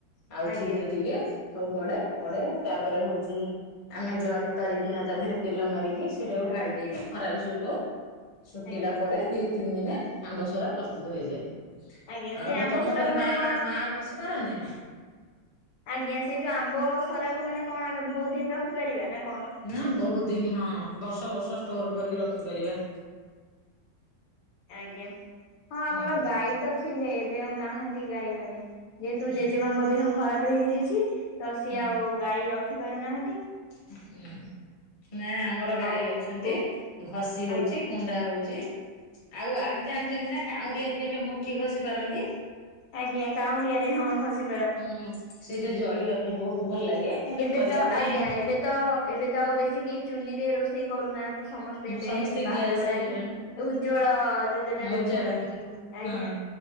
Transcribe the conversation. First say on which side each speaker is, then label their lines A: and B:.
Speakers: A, on the left; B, on the left.
A: ଆଉ
B: ଆଜ୍ଞା।
A: ଚିନି ଟିକେ ସବୁ ପଡେ ପଡେ ତାପରେ ହଉଚି। ଆମେ ଜରି ପାରିକିନା ତା ଦେହେରେ ତେଲ ମାରିକି ସେଇଟାକୁ ଢାଳି ଦେଇକି ଖରାରେ ସୁକୋଉ ଶୁକିଲା
B: ଆଜ୍ଞା
A: ପରେ ଦି ତିନି ଦିନେ ଆମ୍ବ ସରା ପ୍ରସ୍ତୁତ ହେଇଯାଏ।
B: ଆଜ୍ଞା ସେ
A: ଆଉ
B: ଆମ୍ବ
A: ତମ
B: ସରାକୁ
A: ଘରେ
B: ମାନେ
A: ମା
B: କଣ
A: ମା ଘସି ପାରନ୍ତିନି?
B: ଆଜ୍ଞା ସେଇ ଯୋଉ ଆମ୍ବ ସରାକୁ ମାନେ କଣ ଆମେ ବୋହୁତି ଦିନି ରଖିପାରିବା ନା କଣ?
A: ହଁ ବୋହୁତି ଦିନି ହଁ ବର୍ଷ ବର୍ଷ ଷ୍ଟୋର କରିକି ରଖିପାରିବା।
B: ଆଜ୍ଞା ହଁ
A: ହୁଁ
B: ଆମର ଗାଈ ତ ଥିଲେ ଏବେ ଆଉ ନାହାନ୍ତି ଗାଈ ମାନେ। ଯେହେତୁ
A: ହୁଁ
B: ଜେଜେମାଙ୍କ ଦେହ ଖରାପ ହେଇଯାଇଛି ତ ସିଏ
A: ହୁଁ
B: ଆଉ ଗାଈ ରଖି ପାରୁନାହାନ୍ତି।
A: ହୁଁ। ନା ଆମର ଗାଈ
B: ଆଉ
A: ଅଛନ୍ତି
B: ଗୋ
A: ଘଷି ହଉଚି
B: ଆଜ୍ଞା
A: କୁଣ୍ଡା ହଉଚି। ଆଉ ଆଗେ ଜାଣିଛନ୍ତି ନା କାଉଁରିଆ ଦିହରେ ମୁଠି ଖଷି ପାରନ୍ତି?
B: ଆଜ୍ଞା କାଉଁରିଆରେ ହଁ ଘସି
A: ହୁଁ ସେଇଟା ଜଳିବା ପାଇଁ ବହୁତୁ ଭଲ ଲାଗେ। କିନ୍ତୁ
B: ଏବେ
A: କରିବା
B: ତ
A: ପାଇଁ
B: ଆଜ୍ଞା ଏବେ ତ ଏବେ ତ ଆଉ ବେଶୀ କେହି ଚୁଲିରେ ରୋଷେଇ କରୁନାହାନ୍ତି। ସମସ୍ତେ ଏବେ
A: ସମସ୍ତେ
B: ବାହାରି
A: ଗ୍ୟାସ୍
B: ଗଲାଣି।
A: ହେଇଗଲାଣି
B: ଉଜ୍ଜ୍ଵଳ ଯୋଜନା
A: ଆଉ
B: ଯୋଉ
A: ଉଜାଡା
B: କୁହନ୍ତିକି ଆଜ୍ଞା।
A: ହଁ